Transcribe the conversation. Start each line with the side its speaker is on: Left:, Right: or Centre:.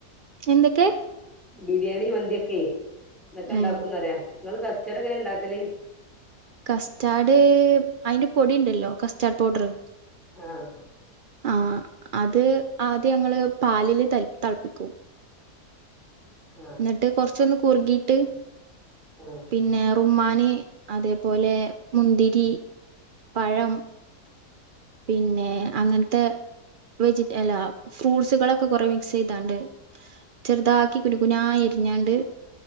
Right: എന്തൊക്കെ
Centre: ബിരിയാണി മന്തിയൊക്കെ ഇതൊക്കെ ഉണ്ടാക്കുന്നറ്യ
Right: ഏഹ്
Centre: നിങ്ങള് കസ്റ്റാഡ് എങ്ങനെ ഉണ്ടാക്കല്
Right: കസ്റ്റാർഡ് അതിന്റെ പൊടി ഉണ്ടല്ലോ കസ്റ്റാർഡ് പൗഡറ്
Centre: ആഹ്
Right: ആഹ് അത് ആദ്യം ഞങ്ങള് പാലില് ത തിളപ്പിക്കും
Centre: ആഹ്
Right: എന്നിട്ട് കൊറച്ചൊന്ന് കുറുകിട്ട്
Centre: ആഹ്
Right: പിന്നെ റുമ്മാന് അതേപോലെ മുന്തിരി പഴം പിന്നെ അങ്ങനത്തെ വെജി അല്ല ഫ്രൂട്സ്കളൊക്കെ കൊറേ മിക്സ് ചെയ്താണ്ട് ചെറുതാക്കി കുനുകുനാ അരി ഞ്ഞാണ്ട്